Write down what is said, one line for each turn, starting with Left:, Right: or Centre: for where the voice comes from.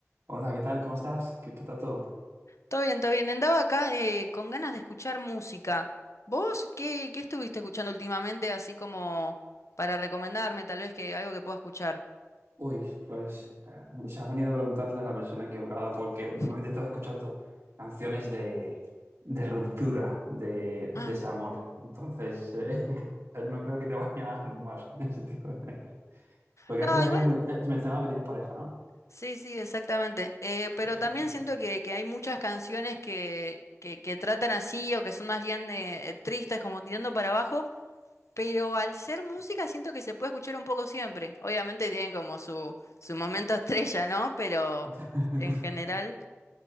Right: Hola, ¿qué tal? ¿Cómo estás? ¿Qué, qué tal todo?
Left: Todo bien, todo bien. Andaba acá eh, con ganas de escuchar música. ¿Vos qué, qué estuviste escuchando últimamente, así como para recomendarme, tal vez que algo que pueda escuchar?
Right: Uy, pues eh, se has venido a preguntarle a la persona equivocada porque últimamente
Left: <laughs>
Right: estás escuchando canciones de, de ruptura, de desamor.
Left: Ah,
Right: Entonces, eh, <laughs> no creo que te vaya a animar <laughs> ese tipo de... Porque
Left: No,
Right: antes me
Left: igual.
Right: habías men- eh, mencionado que tienes pareja, ¿no?
Left: Sí, sí, exactamente. Eh, pero
Right: Pues
Left: también
Right: bueno.
Left: siento que, que hay muchas canciones que, que, que tratan así o que son más bien eh, tristes, como tirando para abajo. Pero al ser música siento que se puede escuchar un poco siempre. Obviamente tienen como su, su momento estrella, ¿no? Pero
Right: <laughs>
Left: en general...